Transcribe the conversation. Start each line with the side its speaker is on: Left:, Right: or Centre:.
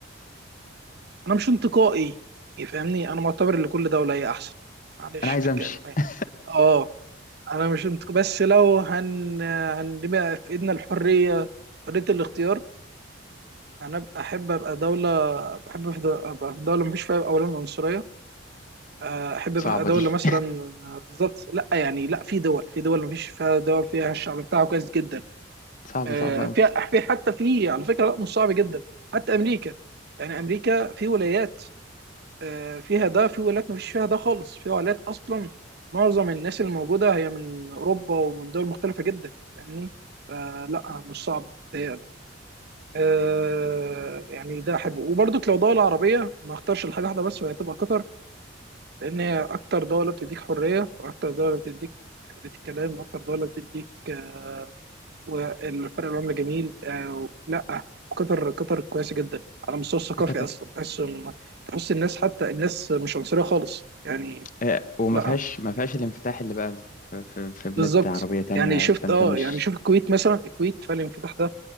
Right: انا مش انتقائي يفهمني انا معتبر ان كل دوله هي احسن معلش
Left: انا عايز
Right: في الكلمه
Left: امشي <laughs>
Right: اه انا مش انتق... بس لو هن هنبقى في ايدنا الحريه حريه الاختيار انا أبقى- احب ابقى دوله بحب ابقى في دوله مفيش فيها اولا عنصريه آه، احب
Left: صعبة
Right: بقى دوله
Left: دي
Right: مثلا آه، بالظبط لا يعني لا في دول في دول ما فيش فيها دول فيها الشعب بتاعه كويس جدا
Left: صعبة
Right: آه،
Left: صعبة قوي
Right: في في حتى في على فكره لا مش صعب جدا حتى امريكا يعني امريكا في ولايات آه، فيها ده في ولايات ما فيش فيها ده خالص في ولايات اصلا معظم الناس اللي موجوده هي من اوروبا ومن دول مختلفه جدا فاهمني فلا مش صعب تهيألك آه، يعني ده احبه وبرضك لو دوله عربيه ما اختارش الحاجه واحده بس وهي تبقى قطر لأن هي أكتر دولة بتديك حرية وأكتر دولة بتديك حرية الكلام وأكتر دولة بتديك آه، والفرق العملة جميل آه، لا قطر قطر كويسة جدا على المستوى الثقافي
Left: يا قطر
Right: أصلا تحس إن- تحس الناس حتى الناس مش عنصرية خالص يعني
Left: آه، وما
Right: لا
Left: فيهاش ما فيهاش الانفتاح اللي بقى في, في, في بلاد
Right: بالظبط
Left: عربية تانية
Right: يعني شفت
Left: فانت
Right: اه
Left: مش
Right: يعني شوف الكويت مثلا الكويت فالانفتاح ده